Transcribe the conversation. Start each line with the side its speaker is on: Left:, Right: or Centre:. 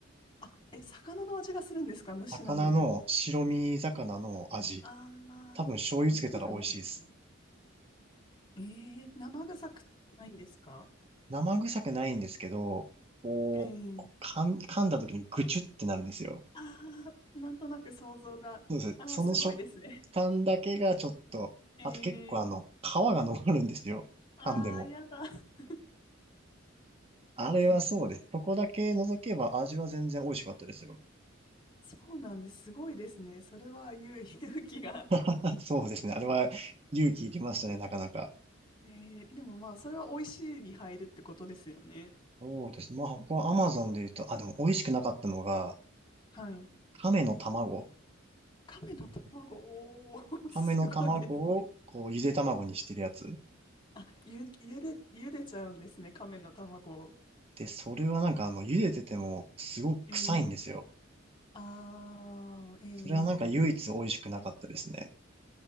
Left: あ、え、魚の味がするんですか虫なのに。
Right: 魚の、白身魚の味。
Left: あ
Right: 多分醤油つけたら美味しいです。
Left: あ、肉じゃないんですね。ええ生臭くないんですか
Right: 生臭くないんですけど、こう、
Left: ええ
Right: こう噛ん噛んだ時にぐちゅってなるんですよ。
Left: ああなんとなく想像が、
Right: そうです。
Left: ああ、
Right: その食
Left: すごいですね。
Right: 感だけがちょっと、
Left: ええ
Right: あと結構あの、皮が残るんですよ。
Left: ああ、
Right: 噛んでも。
Left: やだ。<laughs>
Right: あれはそうです。
Left: すごい。
Right: そこだけ除けば味は全然美味しかったですよ。
Left: そうなんです。すごいですね。それは勇、勇気が。
Right: <laughs> そうですね。あれは勇気いりましたね、なかなか。
Left: ええでもまあ、それは美味しいに入るってことですよね。
Right: そうですね。まあ、ここは Amazon で言うと、あ、でも美味しくなかったのが、
Left: はい。
Right: 亀の卵。
Left: 亀の卵、おー <laughs> すごいですね。
Right: 亀の卵を、こう、ゆで卵にしてるやつ。
Left: あ、ゆ、ゆで、ゆでちゃうんですね。亀の卵を。
Right: で、それはなんかあの、茹でてても、すごく臭いんですよ。
Left: ええああえ
Right: それはなんか唯一美味しくなかったですね。
Left: え